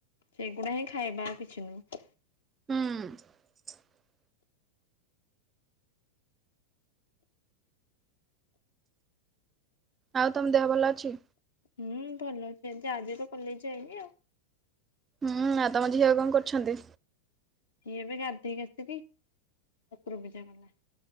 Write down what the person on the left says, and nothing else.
ସେଗୁଡ଼ା ହିଁ ଖାଇବା ଆଉ କିଛି ନୁହେଁ।
ହୁଁ, ଭଲ ଅଛି। ଏ ଆଜି ତ କଲେଜ୍ ଯାଇନି ଆଉ।
ସିଏ ଏବେ ଗାଧେଇକି ଆସିକି ଠାକୁର ପୂଜା କଲା।